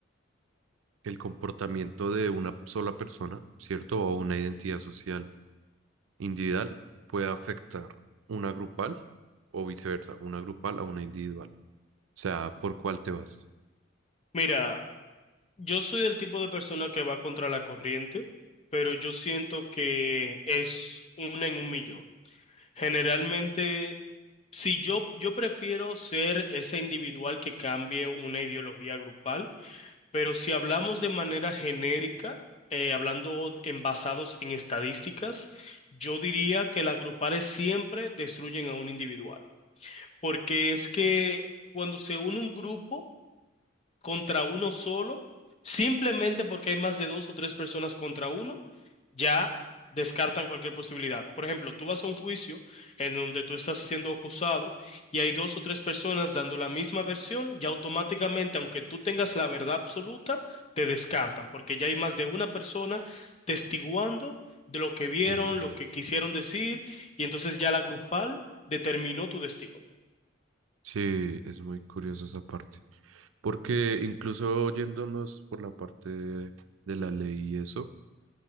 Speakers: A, on the right; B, on the left.
A: el comportamiento de una sola persona, ¿cierto? O una identidad social individual puede afectar una grupal o viceversa, una grupal a una individual. O sea, ¿por cuál te vas?
B: Mira, yo soy del tipo de persona que va contra la corriente, pero yo siento que es una en un millón. Generalmente, si yo, yo prefiero ser ese individual que cambie una ideología grupal Pero si hablamos de manera genérica, eh, hablando en basados en estadísticas, yo diría que las grupales siempre destruyen a un individual. Porque es que cuando se une un grupo contra uno solo, simplemente porque hay más de dos o tres personas contra uno, ya descartan cualquier posibilidad. Por ejemplo, tú vas a un juicio en donde tú estás siendo acusado y hay dos o tres personas dando la misma versión, ya automáticamente, aunque tú tengas la verdad absoluta, te descartan, porque ya hay más de una persona testiguando de lo que vieron,
A: Eh,
B: lo que quisieron decir, y entonces ya la grupal determinó tu destino.
A: Sí, es muy curiosa esa parte. Porque incluso yéndonos por la parte de, de la ley y eso,